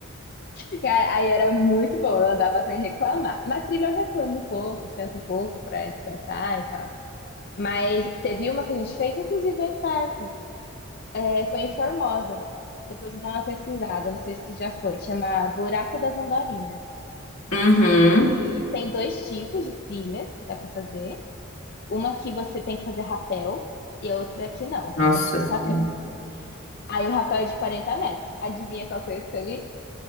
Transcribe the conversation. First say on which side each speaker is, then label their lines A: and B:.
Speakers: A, on the left; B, on the left.
A: <laughs> Cara, Aí era muito bom, eu andava sem reclamar. Na trilha eu reclamo um pouco, sento um pouco pra descansar e tal. Mas teve uma que a gente fez, inclusive aí perto. É, foi em Formosa. Depois eu dou uma pesquisada, não sei se tu já foi. Chama Buraco das Andorinhas.
B: Uhum.
A: E tem dois tipos de trilhas que dá pra fazer. Uma que você tem que fazer rapel e outra que não, que
B: Nossa
A: você não faz
B: Senhora.
A: rapel. Aí o rapel é de 40 metros. Adivinha qual que eu escolhi?